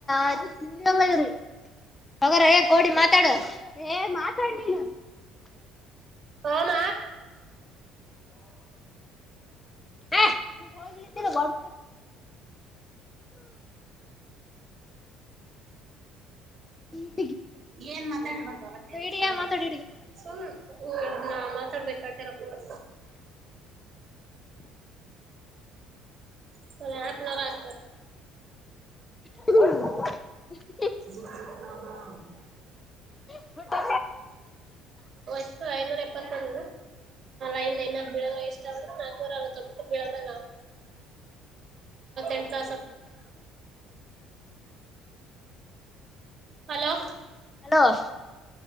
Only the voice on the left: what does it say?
ಅವು ಹೊಗರ ಹೇ ಕೋಡಿ ಮಾತಾಡ ಮಾತಾಡ ನೀನ್
ಎಂ ವ ಕಲ
ಹಿಡಿಯ
ಮಾತಾಡಿ ಹಿಡಿಯ
ಹ್ಮ
ಹಲೋ
ತ್ತ